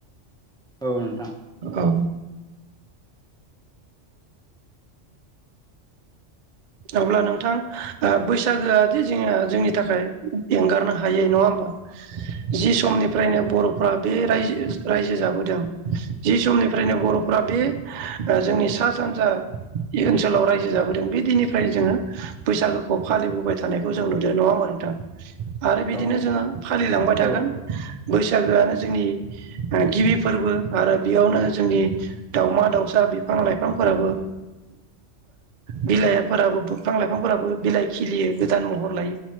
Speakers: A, in the centre; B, on the right.
A: औ नोंथां
B: औ अब्ला नोंथां। बैसागोआदि जोंङो जोंनि थाखाय एंगारनो हाय नङा होमबा जि समनि फ्रनो
A: औ
B: बरफ्रा बे राय रायजो जाबोदों जि समनिफ्रायनो बरफ्रा बे जोंनि सा सानजा बे ओनसोलाव रायजो जाबो बे दिननिफ्रायनो जोङो बैसागोखौ फालिबोबाय थानायखौ जों नुदों नङा होमा नोंथां आरो बिदिनो
A: औ
B: जोङो फालिलांबाय थागोन
A: औ
B: बैसागोआनो जोंनि गिबि फोरबो आरो बेयावनो जोंनि दाउमा दाउसा बिफां लाइफां फोराबो बिलाइफोराबो बिफां लाइफांफोराबो बिलाइ खिलियो गोदान महर लायो